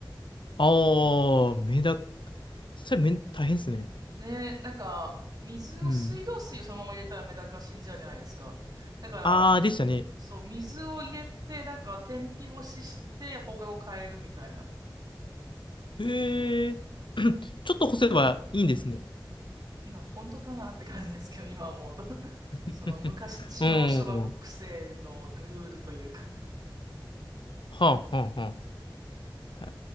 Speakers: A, on the left; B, on the right.
A: ああ、メダ、それめ大変ですね。
B: ねえ、なんか、水を、
A: うん。
B: 水道水をそのまま入れたらメダカ死んじゃうじゃないですか。だから、
A: ああ、でしたね。
B: そう、水を入れて、なんか、天日干しして、放課後変えるみたいな。
A: へえ。<clears throat> ちょっと干せばいいんですね。
B: な、本当かなって感じですけど、今思うと。<laughs>
A: <laughs>
B: その昔の小学生のルールというか。
A: うん。はあ、はあ、はあ。